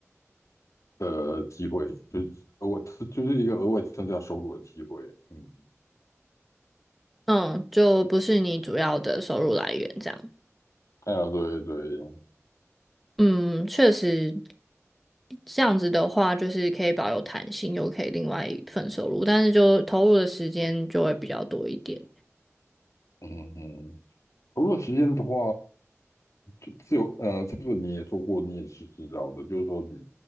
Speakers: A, on the left; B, in the centre.
A: 的机会，就是我就是一个额外增加收入的机会。嗯，
B: 嗯，就不是你主要的收入来源这样。
A: 哎呀，对对，
B: 嗯，确实，这样子的话，就是可以保有弹性，又可以另外一份收入，但是就投入的时间就会比较多一点。
A: 嗯嗯，投入时间的话，就自由，呃，这个你也做过，你也是知道的，就是说你，